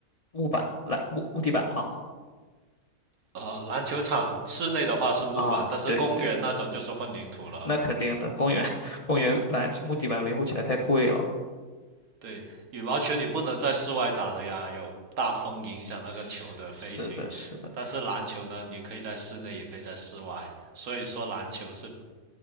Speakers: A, on the left (about 70°); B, on the right (about 70°).
A: 木板篮木木地板吗？
B: 呃，篮球场室内的话是木板，
A: 啊，
B: 但是公园那种就是混凝土了。
A: 对对，那肯定的，公园 <laughs> 公园篮木地板维护起来太贵了。
B: 对，羽毛球你不能在室外打的呀，有大风影响那个球的飞行。
A: 是的，是的，
B: 但是篮球呢，你可以在室内，也可以在室外，所以说篮球是